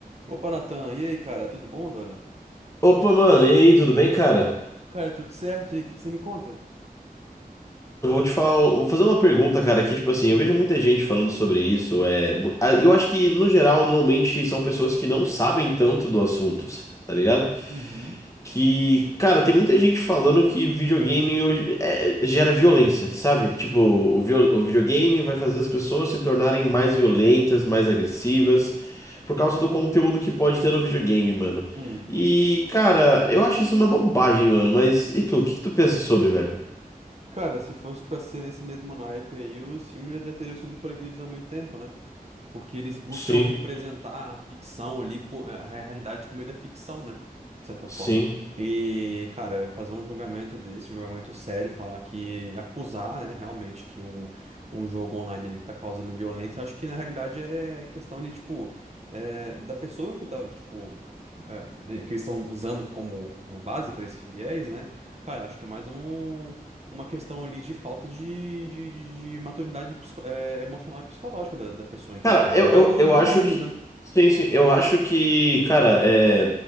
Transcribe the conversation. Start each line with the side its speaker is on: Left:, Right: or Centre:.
Right: Opa, Natan, e aí, cara, tudo bom, velho?
Left: Opa, mano, e aí, tudo bem, cara?
Right: Cara, tudo certo? E o que que você me conta?
Left: Eu vou te falar, vou fazer uma pergunta, cara, que, tipo assim,
Right: Hum.
Left: eu vejo muita gente falando sobre isso, é, mu- a- eu acho que, no geral, normalmente são pessoas que não sabem tanto do assunto, tá ligado?
Right: Uhum.
Left: Que, cara, tem muita gente falando que videogame hoje- é, gera violência, sabe? Tipo, o, viol- o videogame vai fazer as pessoas se tornarem mais violentas, mais agressivas, por causa do conteúdo que pode ter no videogame, mano.
Right: Hum.
Left: E, cara, eu acho isso uma bobagem, mano, mas e tu? O que que tu pensa sobre, velho?
Right: Cara, se fosse pra ser nesse mesmo naipe aí, os filmes já, já teriam sido proibidos há muito tempo, né? porque eles buscam
Left: Sim,
Right: representar a ficção ali, pô, a realidade por meio da ficção, né? De certa forma.
Left: sim.
Right: E, cara, fazer um julgamento desse, um julgamento sério, falar que, acusar, né, realmente que um, um jogo online ele tá causando violência, acho que na realidade é questão de, tipo, é, da pessoa que tá, tipo. é, que eles estão usando como, como base para esse viés, né? Cara, acho que é mais um uma questão ali de falta de, de, de- de maturidade psico- é, emocional e psicológica da, da pessoa em questão,
Left: Cara, eu,
Right: não
Left: eu,
Right: dos
Left: eu
Right: videogames,
Left: acho que.
Right: né?
Left: Sim, sim. Eu acho que, cara, é,